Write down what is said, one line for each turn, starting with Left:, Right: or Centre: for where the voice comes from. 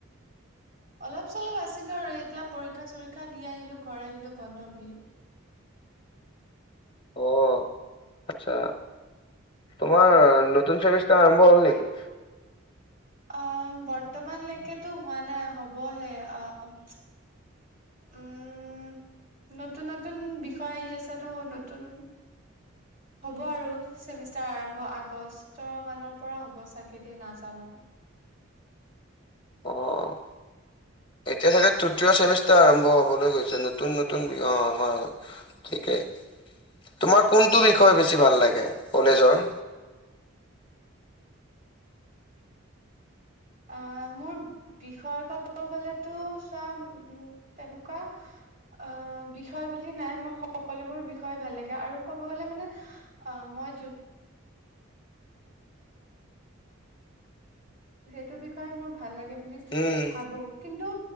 Right: অলপ চলপ আছিলো আৰু এতিয়া পৰীক্ষা চৰীক্ষা দি আহিলো ঘৰ আহিলো বন্ধ বুলি।
Left: অ আচ্ছা তোমাৰ নতুন চাৰ্ভিচটা আৰম্ভ হ'ল নেকি?
Right: অ বৰ্তমানলৈকেতো হোৱা নাই হবহে অ।
Left: <inaudible>
Right: উম নতুন নতুন বিষয় আহি আছে তো নতুন হ'ব আৰু চেমিষ্টাৰ আৰম্ভ আগষ্ট মানৰ পৰা হ'ব চাগে দেই নাজানো
Left: অ এতিয়া চাগে তৃতীয় চেমিষ্টাৰ আৰম্ভ হবলৈ গৈছে নতুন নতুন বি অ হয় হয় ঠিকেই তোমাৰ কোনটো বিষয়ে বেছি ভাল লাগে কলেজৰ
Right: <inaudible> অ মোৰ বিষয়ে ক'ব গলেতো চাম উ তেনেকুৱা অ বিষয় বুলি নাই মোৰ সকলোবোৰ বিষয় ভাল লাগে আৰু ক'ব গলে মানে অ মই ভ সেইটো বিষয়ে মোৰ ভাল লাগে বুলি
Left: উম
Right: ভাবো কিন্তু